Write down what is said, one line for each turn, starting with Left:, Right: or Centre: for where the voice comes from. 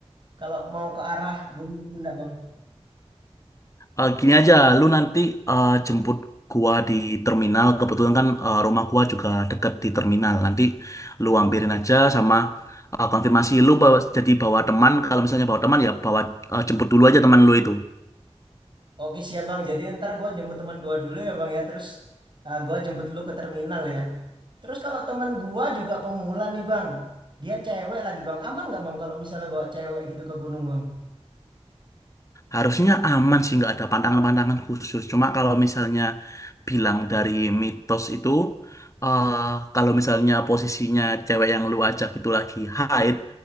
Right: Kalau mau ke arah Gunung Bunda bang.
Left: Eh, gini aja, lu nanti eh, jemput gua di terminal. Kebetulan kan eh, rumah gua juga deket di terminal. Nanti lu ampirin aja sama eh, konfirmasi lu bawa, jadi bawa teman. Kalau misalnya bawa teman ya bawa eh, jemput dulu aja teman lu itu.
Right: Oke siap bang, jadi ntar gue jemput teman gue dulu ya bang ya, terus eh, gue jemput lu ke terminal ya. Terus kalau teman gue juga pemula nih bang, dia cewek lagi bang, aman nggak bang kalau misalnya bawa cewek gitu ke gunung bang?
Left: Harusnya aman sih, nggak ada pantangan-pantangan khusus. Cuma kalau misalnya bilang dari mitos itu, eh, kalau misalnya posisinya cewek yang lu ajak itu lagi haid,